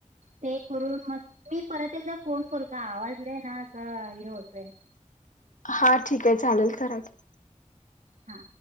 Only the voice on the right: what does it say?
ते करून मग मी परत एकदा फोन करू का? आवाज लय ना असं हे होतंय,
हा